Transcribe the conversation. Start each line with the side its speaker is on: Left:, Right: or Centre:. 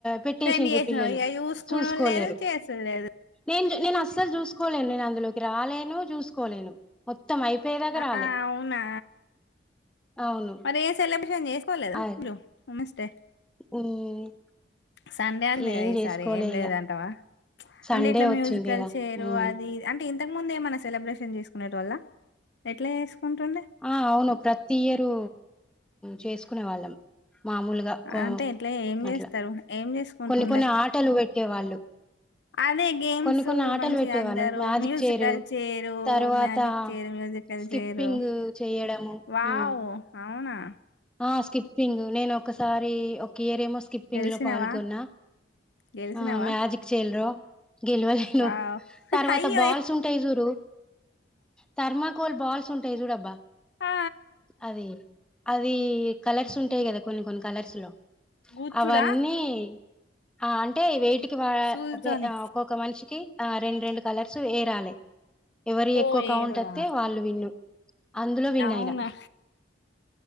Centre: పెట్టేసిండ్రు
Left: సెండ్ చేసినావు
Centre: పిల్లలు
Left: ఇక చూసుకుని
Centre: చూసుకోలేరు
Left: లేదు చేసుడు లేదు
Centre: నేను నేను అస్సలు చూసుకోలేను నేను అందులోకి రాలేను చూసుకోలేను మొత్తం అయిపోయేదాకా రాలే
Left: ఆ అవునా
Centre: అవును
Left: మరి ఏ సెలబ్రేషన్ చేసుకో లేదా
Centre: అదే
Left: మీరు నమస్తే
Centre: ఉమ్
Left: సండే అయింది
Centre: ఏం
Left: కదా ఈసారి
Centre: చేసుకోలే
Left: ఏం లేదంటావా
Centre: ఇక
Left: ప్చ్
Centre: సండే
Left: అంటే ఇట్లా
Centre: వచ్చింది
Left: మ్యూజికల్
Centre: కదా
Left: చేయరు
Centre: ఉమ్.
Left: అది అం టే ఇంతకు ముంద ఏమన్నా సెలబ్రేషన్ చేసుకునే టోళ్ళా ఎట్లా చేసుకుంటుండే
Centre: ఆ అవును ప్రతి ఇయరు చేసుకునే వాళ్ళం మామూలుగా కో
Left: అంటే ఎట్లా ఏం చేస్తారు
Centre: అట్లా
Left: ఏం చేసుకుంటుండే
Centre: కొన్ని కొన్ని ఆటలు పెట్టే వాళ్ళు
Left: అదే గేమ్స్
Centre: కొన్ని కొన్ని ఆటలు
Left: మంచిగా
Centre: పెట్టేవాళ్ళు
Left: అందరూ
Centre: మ్యాజిక్
Left: మ్యూజికల్
Centre: చైర్
Left: చైరు
Centre: తరువాత
Left: magic chair musical
Centre: skipping
Left: chair
Centre: చేయడము
Left: వావ్
Centre: ఉమ్
Left: అవునా
Centre: ఆ స్కిప్పింగ్ నేను ఒకసారి ఒక ఇయర్ ఏమో స్కిప్పింగ్
Left: గెలిసినవా
Centre: లో పాల్గొన్న
Left: గెలిసినవా
Centre: ఆ మ్యాజిక్ చైర్లో గెలవలేను
Left: వావ్
Centre: తర్వాత
Left: అయ్యో
Centre: బాల్స్ ఉంటాయి చూడు థర్మాకోల్ బాల్స్ ఉంటాయి చూడబ్బా
Left: ఆ
Centre: అదే అది కలర్స్ ఉంటాయి కదా కొన్ని కొన్ని కలర్స్ లో
Left: కూర్చుడా
Centre: అవన్నీ ఆ అంటే వేటికి వా
Left: సూదితోని
Centre: అదే ఒక్కొక్క మనిషికి ఆ రెండు రెండు కలర్స్ ఏరాలి ఎవరు
Left: ఓ
Centre: ఎక్కువ కౌంట్
Left: ఏరుడా
Centre: వత్తే వాళ్ళు విన్న అందులో విన్
Left: అవునా
Centre: అయినా